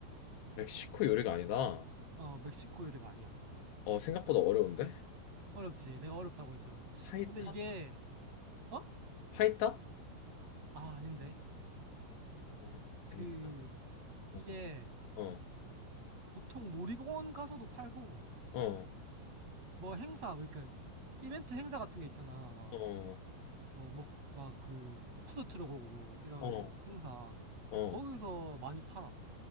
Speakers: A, on the left; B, on the right.
A: 멕시코 요리가 아니다.
B: 어, 멕시코 요리가 아니야.
A: 어, 생각보다 어려운데?
B: 어렵지. 내가 어렵다고 했잖아.
A: 파이타?
B: 근데 이게, 어?
A: 파이타?
B: 아, 아닌데.
A: 어,
B: 그,
A: 엔지다.
B: 이게
A: 어, 어,
B: 보통 놀이공원 가서도 팔고,
A: 어,
B: 뭐 행사, 뭐 그러니까 이벤트 행사 같은 게 있잖아. 막,
A: 어,
B: 뭐, 먹, 막 그, 푸드트럭 오고, 이런
A: 어,
B: 행사.
A: 어.
B: 거기서 많이 팔아.